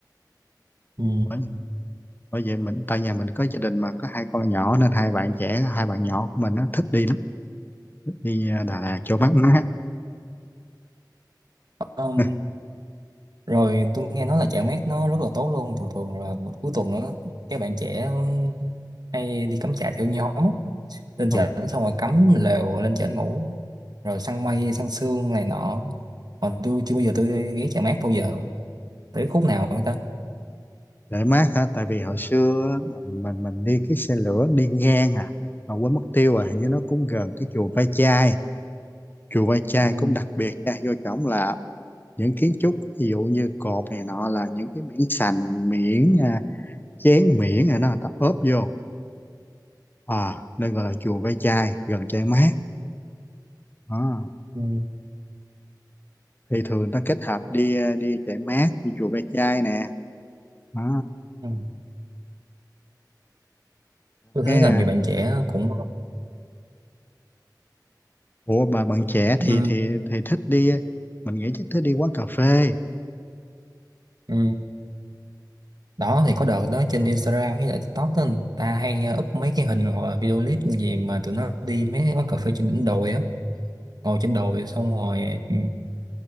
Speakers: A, on the right (about 65°); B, on the left (about 25°).
A: Ừ.
B: luôn. bởi vậy mình tại nhà mình có gia đình mà có hai con nhỏ nên hai bạn trẻ hai bạn nhỏ của mình nó thích đi lắm thích đi à, Đà Lạt cho mát mát
A: Um,
B: <laughs>
A: rồi tôi nghe nói là chợ mát nó rất là tốt luôn, thường thường là cuối tuần á các bạn trẻ hay đi cắm trại theo nhóm á. lên chợ
B: ừ
A: xong rồi cắm lều lên chợ ngủ rồi săn mây săn sương này nọ còn tôi chưa bao giờ tôi đi ghé chợ mát bao giờ tới khúc nào người ta
B: để mát hả tại vì hồi xưa á, mình mình mình đi cái xe lửa đi ngang à mà quên mất tiêu à hình như nó cũng gần cái chùa Ve Chai chùa Ve Chai
A: ừ.
B: cũng đặc biệt nha vô trỏng là những kiến trúc ví dụ như cột này nọ là những cái miếng sành miếng à, chén miếng này nó người ta ốp vô à nên gọi là chùa Ve Chai gần Chai Mát Đó.
A: Ừ.
B: thì thường người ta kết hợp đi ờ, đi chạy mát đi chùa Ve Chai nè à,
A: Ừ. tôi
B: cái
A: thấy là
B: ờ,
A: nhiều bạn trẻ cũng
B: ủa bà bạn trẻ thì
A: Ừ,
B: thì thì thích đi mình nghĩ chắc thích đi quán cà phê
A: ừ. Đó thì có đợt đó trên Instagram với lại TikTok đó, người ta hay ờ, up mấy cái hình hoặc là video clip gì mà tụi nó đi mấy quán cà phê trên đỉnh đồi á ngồi trên đồi xong rồi ừ,